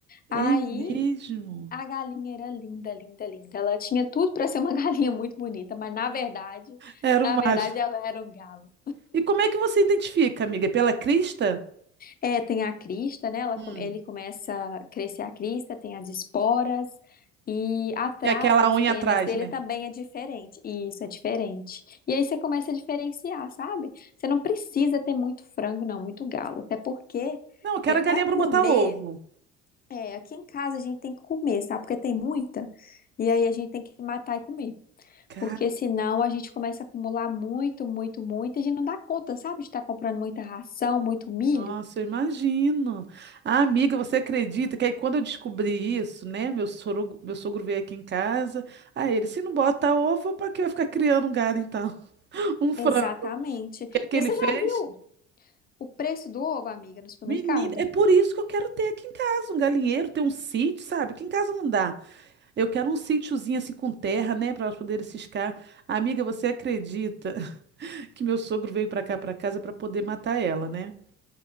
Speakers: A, on the left; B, on the right.
A: Aí
B: É mesmo?
A: A galinha era linda, linda, linda. Ela tinha tudo para ser uma <laughs> galinha muito bonita, mas na verdade,
B: Era
A: na
B: um
A: verdade
B: macho.
A: ela era um galo.
B: E como é que você identifica, amiga? É Pela crista?
A: É, tem a crista, né? Ela,
B: Hum.
A: come- ele começa a crescer a crista, tem as esporas e atrás
B: Que é aquela
A: nas
B: unha
A: penas
B: atrás,
A: dele
B: né?
A: também é diferente. Isso é diferente. E aí você começa a diferenciar, sabe? Você não precisa ter muito frango, não, muito galo, até porque
B: Não, eu quero
A: é
B: a
A: para
B: galinha
A: comer,
B: para botar ovo.
A: é, aqui em casa a gente tem que comer, sabe? Porque tem muita. E aí a gente tem que matar e comer.
B: Cara,
A: Porque senão a gente começa a acumular muito, muito, muito, e a gente não dá conta, sabe? De estar comprando muita ração, muito milho.
B: nossa, eu imagino. Ah, amiga, você acredita que aí quando eu descobri isso, né? Meu sogro, meu sogro veio aqui em casa. Aí ele, se não bota ovo, para que eu ficar criando um galo então? <laughs> Um frango.
A: Exatamente.
B: O que é que
A: E
B: ele
A: você
B: fez?
A: já viu o preço do ovo, amiga, no supermercado?
B: Menina, é por isso que eu quero ter aqui em casa um galinheiro, ter um sítio, sabe? Aqui em casa não dá. Eu quero um sítiozinho assim com terra, né, para elas poderem ciscar. Amiga, você acredita <laughs> que meu sogro veio para cá, para casa, para poder matar ela, né?